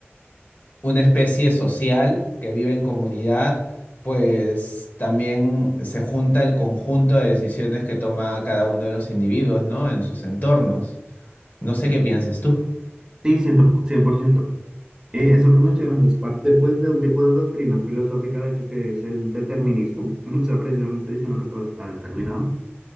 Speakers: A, on the left; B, on the right.
A: una especie social que vive en comunidad, pues también se junta el conjunto de decisiones que toma cada uno de los individuos, ¿no? En sus entornos. No sé qué pienses tú.
B: Sí, ciento po- 100%. Eh, eso que mencionas es parte, pues, de un tipo de doctrina filosófica, de hecho, que es el determinismo. <laughs> O sea, precisamente diciendo que todo está determinado.